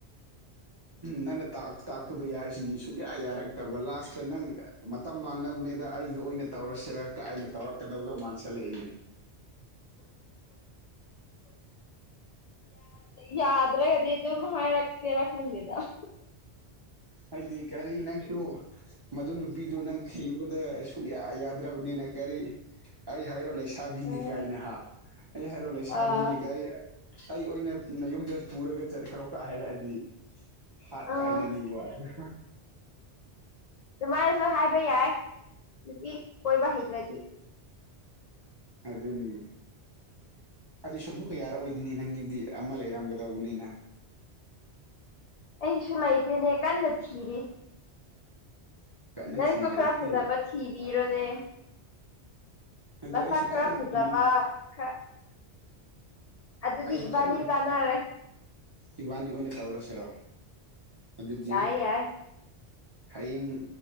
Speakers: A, on the right; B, on the left.
A: ꯅꯪꯅ ꯇꯥꯛꯄꯗꯣ ꯌꯥꯔꯤꯁꯤꯗꯤ ꯁꯨꯛꯌꯥ ꯌꯥꯔꯛꯇꯕ ꯂꯥꯁꯇ ꯅꯪ ꯃꯇꯝ ꯃꯥꯡꯅꯕꯅꯦꯗ ꯑꯩꯒ ꯑꯣꯏꯅ ꯇꯧꯔꯁꯤꯔꯒ ꯑꯩꯅ ꯇꯧꯔꯛ ꯀꯗꯧꯒ ꯃꯥꯟꯁꯤꯜꯂꯛꯏꯅꯤ
B: ꯌꯥꯗ꯭ꯔꯒꯗꯤ ꯑꯗꯨꯝ ꯍꯥꯏꯔꯛꯇꯦꯔ ꯈꯪꯗꯦꯗ
A: ꯍꯥꯏꯗꯤ ꯀꯔꯤ ꯅꯪꯁꯨ ꯃꯗꯨ ꯅꯨꯄꯤꯗꯨꯣ ꯅꯪ ꯊꯦꯡꯕ ꯑꯗꯨꯗ ꯁꯨꯛꯌꯥ ꯌꯥꯗ꯭ꯔꯕꯅꯤꯅ ꯀꯔꯤ ꯑꯩ ꯍꯥꯏꯔꯣ ꯂꯩꯁꯥꯕꯤꯅꯤ
B: ꯎꯝ
A: ꯀꯥꯏꯅ ꯍꯥ ꯍꯦꯔꯣ ꯂꯩ ꯁꯕꯤꯅꯦ
B: ꯑꯥ
A: ꯀꯔꯤ ꯑꯩ ꯑꯣꯏꯅ ꯎꯝ ꯅꯌꯨꯝꯗ ꯄꯨꯔꯒ ꯆꯠꯈ꯭ꯔꯣ ꯀ ꯍꯥꯏꯔꯛꯑꯗꯤ ꯍꯥꯠ
B: ꯑꯥ
A: ꯀꯥꯏꯅꯅꯤꯕ‌ꯣ <unintelligible>
B: ꯑꯗꯨꯃꯥꯏꯅꯁꯨ ꯍꯥꯏꯕ ꯌꯥꯏ ꯅꯨꯄꯤ ꯀꯣꯏꯕ ꯍꯩꯇ꯭ꯔꯗꯤ
A: ꯑꯗꯨꯅ‌ꯦ ꯑꯗꯨꯁꯨ ꯑꯃꯨꯛꯀ ꯌꯥꯔꯛꯑꯣꯏꯗꯣꯏꯅꯤ ꯅꯪꯒꯤꯗꯤ ꯑꯃ ꯂꯩꯔꯝꯒꯗꯧꯕꯅꯤꯅ
B: ꯑꯩꯁꯨ ꯂꯩꯇꯦꯅꯦ ꯀꯟꯅ ꯊꯤꯔꯤ
A: ꯀꯟꯅ
B: ꯅꯪꯁꯨ
A: ꯊꯤꯔꯤ
B: ꯈꯔ
A: ꯑꯗꯨꯗꯤ
B: ꯐꯖꯕ ꯊꯤꯕꯤꯔꯣꯅꯦ
A: ꯑꯗꯨ
B: ꯃꯁꯥ
A: ꯑꯩꯁꯨ
B: ꯈꯔ
A: ꯀꯟꯅ
B: ꯐꯖꯕ
A: ꯊꯤꯔꯤ
B: ꯈꯔ ꯑꯗꯨꯗꯤ
A: ꯑꯩꯁꯨ
B: ꯏꯕꯥꯅꯤ
A: ꯀꯟꯅ
B: ꯆꯥꯅꯔꯦ
A: ꯏꯕꯥꯅꯤ ꯑꯣꯏꯅ ꯇꯧꯔꯁꯤꯔꯣ ꯑꯗꯨꯗꯤ
B: ꯌꯥꯏ ꯌꯥꯏ
A: ꯍꯌꯦꯡ